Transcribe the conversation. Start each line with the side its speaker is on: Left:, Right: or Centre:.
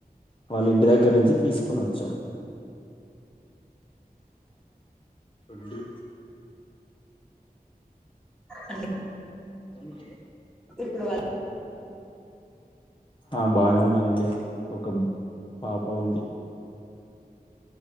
Left: వాళ్ళ ఇంటి దగ్గర నుంచి తీసుకోని వచ్చాం. రద్దు
Centre: అండి
Left: ఆండీ.
Centre: ఇప్పుడు వాల్ల
Left: ఆ బానే ఉన్నారండి. ఒక పాప ఉంది.